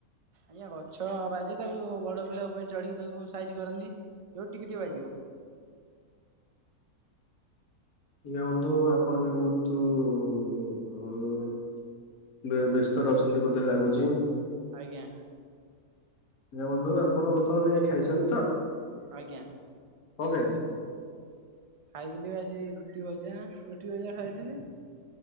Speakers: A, on the right; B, on the left.
A: ଆଜ୍ଞା ଗଛ ବାଜେ ତାକୁ ବଡ ପିଲା ଉପରେ ଚଢ଼ିକି ତାକୁ ଫୁଣ ସାଇଜ କରନ୍ତି ଯୋଉ ଟିକି ଟିକେ ବାଜିବ।
B: ଆଜ୍ଞା ବନ୍ଧୁ ଆପଣ ବି ବହୁତୁ ଉ ଉ ଉ ଉ ବେ ବ୍ୟସ୍ତ ରେ ଅଛନ୍ତି ବୋଧେ ଲାଗୁଚି?
A: ଆଜ୍ଞା।
B: ଆଜ୍ଞା ବନ୍ଧୁ ଆପଣ ବର୍ତ୍ତମାନେ ଖାଇଚନ୍ତି ତ।
A: ଆଜ୍ଞା।
B: କଣ ଖାଇଚନ୍ତି?
A: ଖାଇଥିଲି ବା ସେଇ ରୁଟି ଭଜା ରୁଟି ଭଜା ଖାଇଥିଲି।